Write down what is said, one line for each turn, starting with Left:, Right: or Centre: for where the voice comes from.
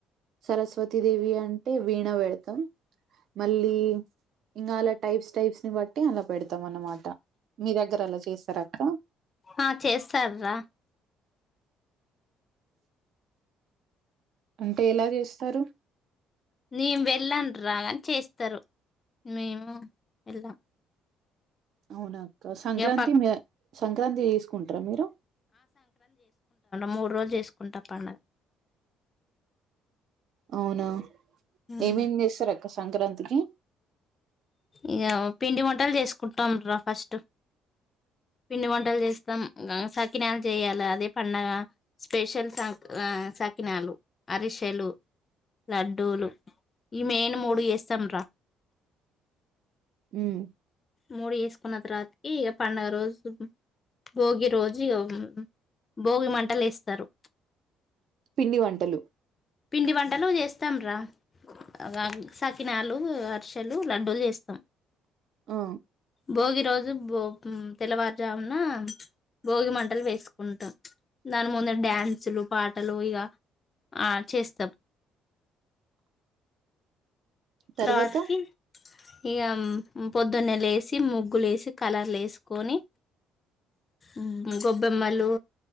Right: సరస్వతి దేవి అంటే వీణా పెడతం, మళ్ళీ ఇంగా అలా టైప్స్, టైప్స్ ని బట్టి అలా పెడతాం అన్నమాట. మీ దగ్గర అలా చేస్తార అక్క.
Left: ఆ చేస్తార్రా
Right: అంటే ఎలా చేస్తారు.
Left: నేన్ వెళ్ళన్రా గాని చేస్తారు. మేము ఏళ్ళాం
Right: అవునా క్కా, సంక్రాంతి
Left: పక్
Right: మే సంక్రాంతి చేసుకుంట్ర. మీరు
Left: మూడ్రోలు చేసుకుంట. పండుగ
Right: అవునా
Left: ఉమ్.
Right: ఏమేం చేస్తారక్క సంక్రాంతికి.
Left: ఇగా పిండి వంటలు చేసుకుంటం రా. ఫస్టు పిండి వంటలు చేస్తాం. ఇంగ సకినాలు చెయ్యాలా అదే పండగా. స్పెషల్ సంక్ ఆ స కినాలు, అరిషెలు, లడ్డూలు ఈ మేన్ మూడు చేస్తాం రా.
Right: ఉమ్
Left: మూడు చేసుకున్న తర్వాతికి. ఇగ పండుగ రోజుక్ హుం భోగి రోజి యోగం. భోగి మంటలేస్తారు.
Right: పిండి వంటలు
Left: పిండి వంటలు చేస్తాం రా. అగ్ గు సకినాలు, అరిసెలు, లడ్డూలు చేస్తాం.
Right: ఆ
Left: భోగి రోజు బోపం తెల్లవారుజామునా. భోగి మంటల్ వేస్క్ కుంటాం. దాని ముందట్ డ్యాన్సులు, పాటలు ఇగ ఆట్ చేస్తాం.
Right: తర్వాత
Left: తర్వాతికి ఇగం పొద్దున్నే లేసి, ముగ్గులు ఏసి, కలర్లు వేసుకొని. ఉమ్ గొబ్బెమ్మలు,